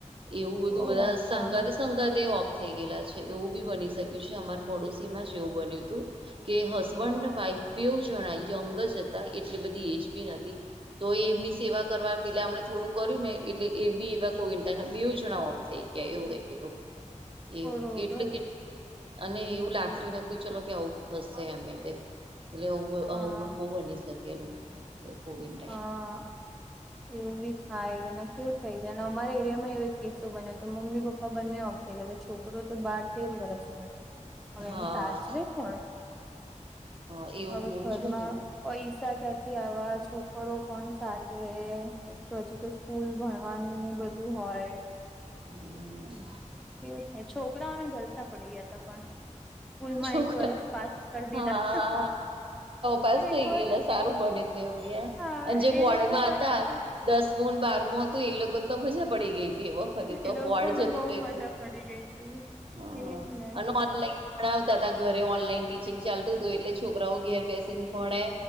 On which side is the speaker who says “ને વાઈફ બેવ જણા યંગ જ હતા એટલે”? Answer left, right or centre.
Right